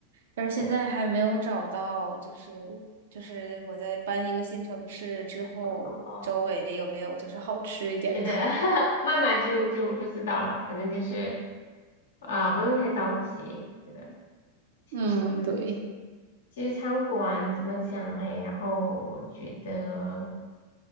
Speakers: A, on the right (about 55°); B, on the left (about 60°).
A: 但是现在还没有找到，
B: 那
A: 就是就是我在搬一个新城市之后，
B: 哦，
A: 周围有没有就是好吃一点的？
B: 是的，<laughs> 慢慢就就就知道了，反正就是啊、不用太着急，我觉得其实
A: <laughs> 嗯，对。
B: 其实餐馆怎么讲嘞？然后我觉得